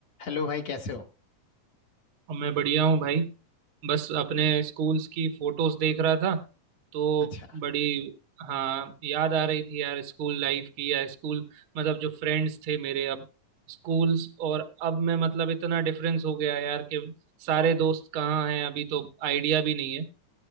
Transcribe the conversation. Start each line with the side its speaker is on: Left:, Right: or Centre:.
Left: हेलो भाई कैसे हो
Right: और मैं बढ़िया हूँ भाई बस अपने स्कूल्स की फोटोज देख रहा था तो
Left: अच्छा
Right: बड़ी हाँ याद आ रही थी यार स्कूल लाइफ की या स्कूल मतलब जो फ्रेंड्स थे मेरे अब स्कूल्स और अब मैं मतलब इतना डिफरेंस हो गया यार कि सारे दोस्त कहाँ हैं अभी तो आइडिया भी नहीं है